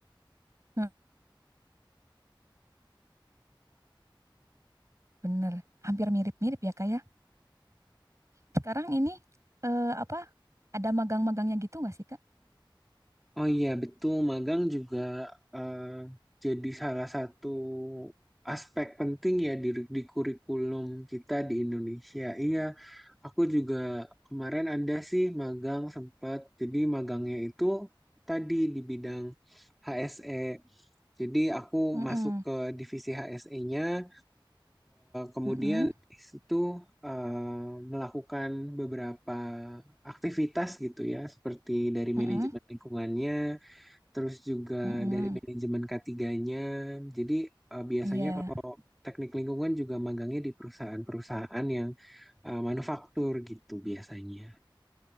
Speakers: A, on the right; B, in the centre.
A: Nah, Bener. Hampir mirip-mirip ya, Kak ya. Sekarang ini eh, apa? Ada magang-magangnya gitu nggak sih, Kak?
B: Oh iya betul, magang juga eh, jadi salah satu aspek penting ya di, di kurikulum kita di Indonesia. Iya, aku juga kemarin ada sih magang sempat. Jadi magangnya itu tadi di bidang HSE. Jadi aku
A: Mm-mm.
B: masuk ke divisi HSE-nya, kemudian
A: Mm-mm.
B: di situ eh, melakukan beberapa aktivitas gitu ya, seperti dari
A: Mm-mm.
B: manajemen lingkungannya terus juga
A: Mm-mm.
B: dari manajemen k 3 Jadi eh, biasanya
A: Iya.
B: kalau teknik lingkungan juga magangnya di perusahaan-perusahaan yang eh, manufaktur gitu biasanya.